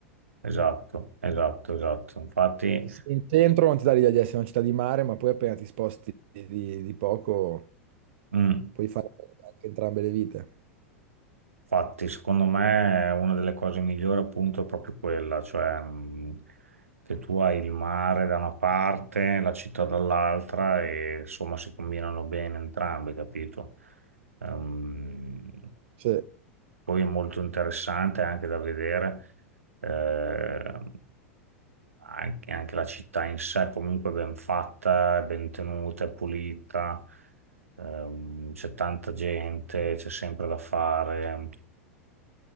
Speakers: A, on the right (about 85°); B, on the right (about 55°).
A: esatto, esatto, esatto. Infatti...
B: Sì, Il centro non ti dà l'idea di essere una città di mare, ma poi appena ti sposti di, di- di poco
A: Mm.
B: puoi fare anche entrambe le vite.
A: Infatti, secondo me una delle cose migliori appunto è proprio quella, cioè mh, che tu hai il mare da una parte, la città dall'altra e insomma si combinano bene entrambi, capito? Ehm,
B: Cioè,
A: poi è molto interessante anche da vedere. Eh, anche, anche la città in sé comunque ben fatta, ben tenuta, è pulita, ehm, c'è tanta gente, c'è sempre da fare.